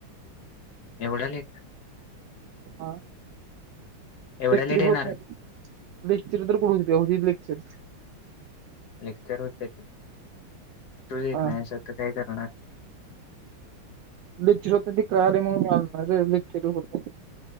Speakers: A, on the left; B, on the right.
A: एवढाले एक
B: हा
A: एवढ्या
B: क्चरक्चर
A: लेट येणार
B: तर कोणक्चर
A: लेक्चर होत तू येत
B: हा
A: नाही असं तर काय करणार
B: लि्छर होते ती कारी म्हणून मालणार रे लि्चर होते